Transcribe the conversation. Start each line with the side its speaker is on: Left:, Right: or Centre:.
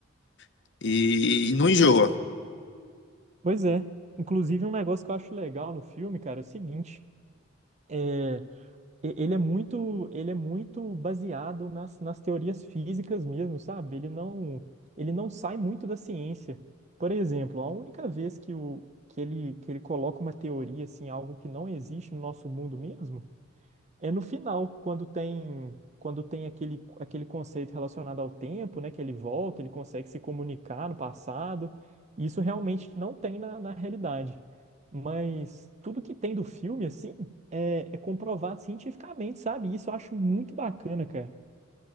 Left: E não enjoa.
Right: Pois é. Inclusive, um negócio que eu acho legal no filme, cara, é o seguinte. é, e- ele é muito, ele é muito baseado nas, nas teorias físicas mesmo, sabe? Ele não, ele não sai muito da ciência. Por exemplo, a única vez que, o, que ele, que ele coloca uma teoria, assim, algo que não existe no nosso mundo mesmo, é no final, quando tem quando tem aquele, aquele conceito relacionado ao tempo, né, que ele volta, ele consegue se comunicar no passado. Isso realmente não tem na, na realidade. Mas tudo que tem do filme, assim, é, é comprovado cientificamente, sabe? Isso eu acho muito bacana, cara. <laughs>